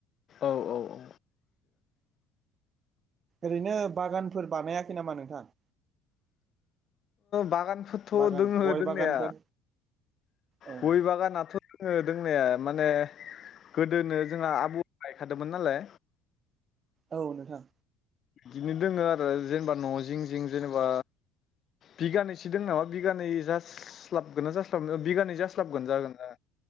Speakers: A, on the left; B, on the right.
A: औ औ औ औ।
B: ओरैनो बागानफोर बानायाखै नामा नोंथां?
A: बागानफोरथ'
B: बागान
A: दोङो
B: गय
A: दोंनाया
B: बागानफोर ओ
A: गय बागानाथ' दोङो दोंनाया माने गोदोनो जोंहा आबौ खादोंमोन नालाय‌
B: ओ औ नोंथां
A: इदिनो दोङो आरो जेनेबा न' जिं जिं जेनेबा बिगानैसो दों नामा बिगानै जास्लाबगोना जास थबनो बिगानै जास्लाबगोन जागोन ओ